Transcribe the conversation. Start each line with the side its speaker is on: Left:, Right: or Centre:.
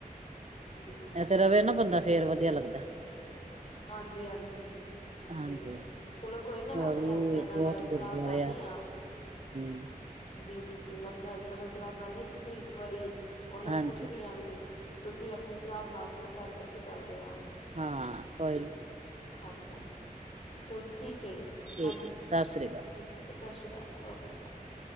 Left: ਜੀ ਜੀ ਜੀ,
Right: ਇਹ ਤੇ ਰਵੇ ਨਾ ਬੰਦਾ
Left: ਠੀਕ
Right: ਫੇਰ
Left: ਏ,
Right: ਵਧੀਆ ਲੱਗਦਾ
Left: ਹਾਂਜੀ ਹਾਂਜੀ,
Right: ਹਾਂਜੀ
Left: ਤੇ ਚਲੋ ਕੋਈ ਨਾ ਮੈਂ
Right: ਹੋਰ
Left: ਆਪਨੇ
Right: ਵੀ
Left: ਹਸਬੈਂਡ ਨਾਲ
Right: ਬਹੁਤ ਗੁਰਦੁਆਰੇ
Left: ਸਲਾਹ ਬਨਾਨੀ ਆ
Right: <unintelligible>
Left: ਜੀ ਜੀ ਜੀ, ਮੈਂ ਅਪਨੇ ਹਸਬੈਂਡ ਨਾਲ ਸਲਾਹ ਬਨਾਨੀ ਆ ਤੁਸੀਂ ਵੀ ਇੱਕ ਵਾਰੀ ਉਹਨਾਂ
Right: ਹਾਂਜੀ
Left: ਨੂੰ ਪੁੱਛਦੀ ਆ ਵੀ ਤੁਸੀਂ ਅਪਨੀ ਸਲਾਹ ਬਣਾ ਫਿਰ ਸਾਰੇ ਕੱਠੇ ਚੱਲਦੇ ਆ,
Right: ਹਾਂ ਕੋਈ ਨੀ,
Left: ਹਾਂਜੀ। ਚੱਲ ਠੀਕ ਕੇ ਏ
Right: ਠੀਕ
Left: ਹਾਂਜੀ,
Right: ਹੈ ਸਤਿ ਸ੍ਰੀ ਅਕਾਲ
Left: ਠੀਕ ਏ, ਸਸ ਸ੍ਰੀ ਓਕੇ ਬਏ।